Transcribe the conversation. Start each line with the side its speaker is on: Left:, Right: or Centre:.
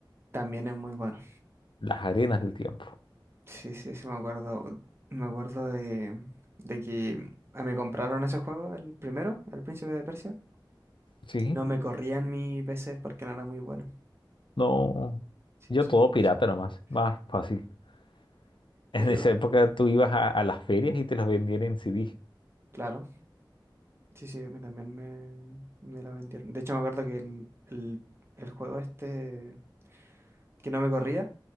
Right: también es muy bueno.
Left: las arenas del tiempo.
Right: Sí, sí, sí, me acuerdo. Me acuerdo de, de que me compraron ese juego, el primero, El Príncipe de Persia,
Left: Sí.
Right: y no me corrían mi PC porque no era muy bueno.
Left: No,
Right: Sí,
Left: yo
Right: súper,
Left: todo pirata
Right: súper
Left: nomás,
Right: triste.
Left: más fácil. <laughs>
Right: Y
Left: En
Right: ahí, digo,
Left: esa época tú ibas a, a las ferias y te los vendían en CD.
Right: claro, sí, sí, a mí también me, me la vendieron. De hecho, me acuerdo que el, el, el juego este que no me corría,